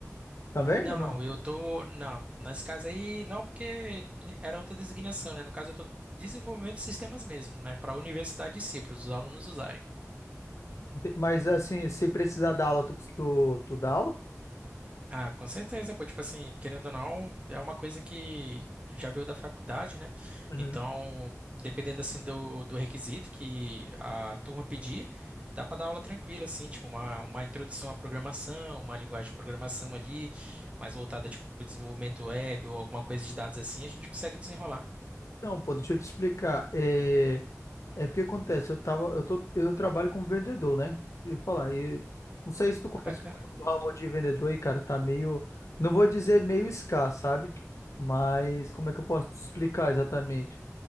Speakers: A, on the left; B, on the right.
A: também
B: Não,
A: ou não?
B: não, eu tô. Não, nesse caso aí, não, porque era outra designação, né? No caso, eu tô desenvolvimento de sistemas mesmo, né? Pra universidade em si, para os alunos usarem.
A: Mas assim, se precisar dar aula, tu, tu, tu dá aula?
B: Ah, com certeza, pô. Tipo assim, querendo ou não, é uma coisa que tu já veio da faculdade, né?
A: Uhum.
B: Então, dependendo assim do, do requisito que a turma pedir, dá pra dar aula tranquila, assim, tipo, uma, uma introdução à programação, uma linguagem de programação ali, mais voltada, tipo, pro desenvolvimento web ou alguma coisa de dados assim, a gente consegue desenrolar.
A: Não, pô, deixa eu te explicar. É, É porque acontece, eu tava, eu tô, eu trabalho como vendedor, né? De falar, e não sei se tu
B: Ah,
A: conhece
B: que bacana.
A: um pouco do ramo de vendedor aí, cara, tá meio, não vou dizer meio escasso, sabe? Mas como é que eu posso te explicar exatamente?